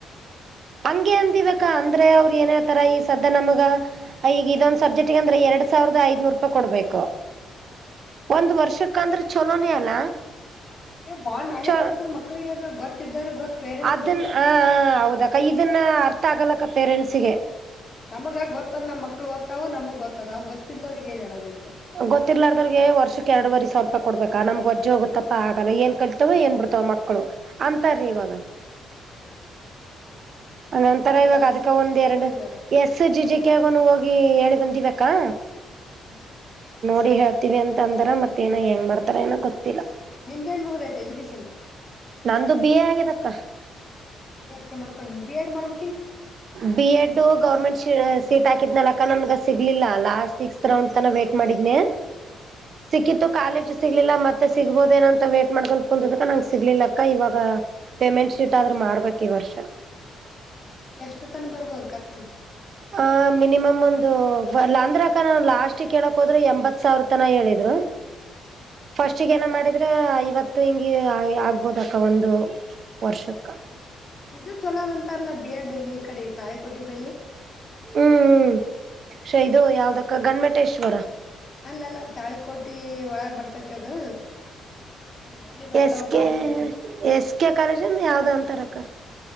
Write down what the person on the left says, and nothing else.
ಹಾ
ಬಾಳ ನಾಲೆಜ್
ಬರ್ತದ ಮಕ್ಳಿಗೆ ಅ ಗೊತ್ತ ಇದೋ್ರ ಗೊತ್ ಪೇರೆಂಟ್ಸ್
ನಮಗ ಗೊತ್ತದ್ ನಮ್ಮ ಮಕ್ಳು ದತ್ತತವು ನಮಗ್ ಗೊತ್ತದ್ವು ಗೊತ್ತಿಲ್ಲಲ್ದ್ರಗ್ ಏನು ಹೇಳೋದ ಎಂತ
ವ
ಅಯ್ಯೋ
ಹೌದೌದೌದು ನೋಡವ
ಇಷ್ಟು
ಕಲಸ್ಬೇಕ್
ಅಂದವ್ರಿಗ್
ಹಿಂಗದ
ಹ್ಮ್
ನಿಂಡಿಯನ್ ಬಗುದಾಯತ ಎಜ್ಯುಕೇಶನ್
ಬಿ ಅಷ್ಟೇ ಮಾಡ್ಕೊಂಡು ನೀ ಬಿ ಎಏಡ್ ಮಾಡಬ.
ಹ್ಮ್
ತ ಬರ್ಬೋದು ಖರ್ಚು.
ಹ್ಮ್
ಹ್ಮ್ ಇದು ಚಲೋದ್ ಅಂತಾರಲ್ಲ ಬಿಎಡ್ ಈ ಕಡೆ ತಾಳೆಕೋಟಿ ದಲ್ಲಿ.
ಅಲ್ಲ ಅಲ್ಲ ತಾಳಿಕೋಟಿ ಒಳಗ ಬರ್ತೈತಿ ಅದು. ಒಂದ್ ಹಳ್ಳಿ ಬರ್ತಾವ
Talikoti